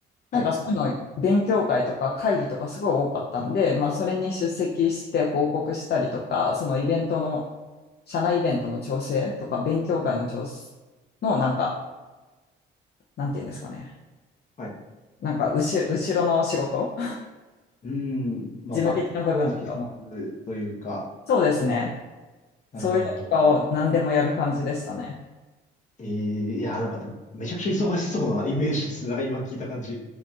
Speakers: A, on the left (about 55°); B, on the left (about 40°).
A: なんかそういうの勉強会とか会議とかすごい多かったんで、
B: はい、
A: まあそれに出席して報告したりとか、そのイベントの、社内イベントの調整とか、勉強会の調整のなんか、なんていうんですかね。
B: はい。
A: なんか後ろ、後ろの仕事
B: うーん、
A: <laughs>
B: まあ、
A: 事務的な部分とかの。
B: バックオフィスというか、
A: そうですね。
B: なるほど、
A: そういうのとかを何でもやる感じでしたね。
B: なるほど。ええ、いや、なんかでも、めちゃくちゃ忙しそうなイメージですね。なんか今聞いた感じ。